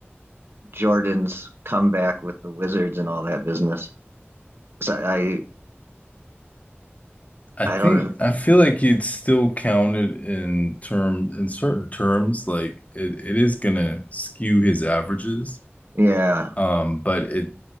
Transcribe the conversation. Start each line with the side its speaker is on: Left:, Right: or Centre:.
Right: Jordan's comeback with the Wizards and all that business? So I,
Left: I
Right: I
Left: think
Right: don't.
Left: I feel like you'd still count it in term in certain terms. Like it, it is gonna skew his averages.
Right: Yeah,
Left: Um, but it